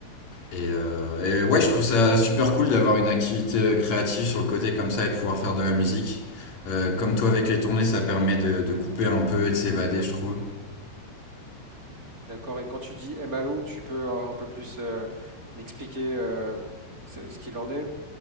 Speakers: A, on the left; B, on the right.
A: Et, euh, et ouais, je trouve ça super cool d'avoir une activité euh, créative sur le côté comme ça et de pouvoir faire de la musique. Euh, comme toi avec les tournées, ça permet de, de couper un peu et de s'évader, je trouve.
B: D'accord et quand tu dis MAO, tu peux un un peu plus, heu, m'expliquer, heu, ce ce qu'il en est?